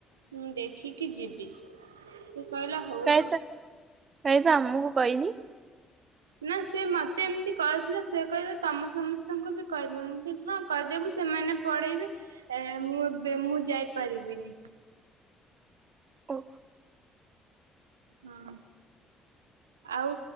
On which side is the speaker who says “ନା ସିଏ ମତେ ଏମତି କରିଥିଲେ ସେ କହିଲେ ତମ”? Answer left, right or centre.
Right